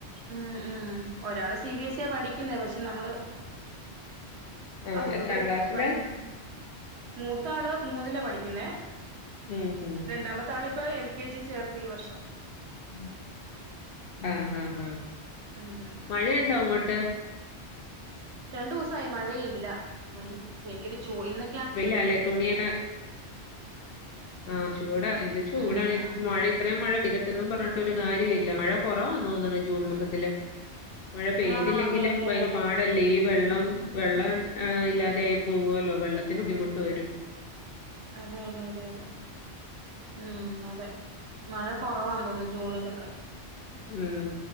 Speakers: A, on the right (about 70°); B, on the left (about 60°).
A: ആഹ് ആഹ് ഒരാള് സിബിഎസ്സിയാ പഠിക്ക്ന്നേ പക്ഷെ നമ്മള്
B: ആ.
A: അത് കൊണ്ട്
B: എത്രാം ക്ലാസ്സിലാ?
A: വണ്ടി മൂത്താള് മൂന്നിലാ പഠിക്കുന്നേ
B: ഉം. ഉം.
A: രണ്ടാമത്താള് ഇപ്പൊ എൽകെജി ചേർത്തി ഈ വർഷം
B: ഉം ഉം ഉം
A: ഉം
B: മഴയുണ്ടോ അങ്ങോട്ട്
A: രണ്ടൂസായി മഴയില്ല ഭയ് ഭയങ്കര ചൂ ഇന്ന്
B: വെയ്ലാല്ലേ തുണിയൊക്കെ ആഹ് ചൂടാ എന്ത് ചൂടാണ്
A: ഉം
B: മോഴ ഇത്രേം മഴ പെയ്തിട്ടെന്നും പറഞ്ഞിട്ടൊരു കാര്യല്ല മഴ കൊറവാ തോന്ന്ണ് ജൂൺ മാസത്തില് മഴ പെയ്തില്ലെങ്കിലും
A: ആഹ് അതെ അതെ
B: ഭയങ്കര
A: അതെ അതെ
B: പാ ടല്ലേ ഈ വെള്ളം വെള്ളം ഇല്ലാതെ ആയി പോവല്ലോ വെള്ള ത്തിന് ബുദ്ധിമുട്ട് വരും.
A: അതെ അതെ അതെ അതെ ഉം അതെ മഴ കൊറവാ തോന്ന്ന്നു ജൂണിലൊക്കെ.
B: ഉം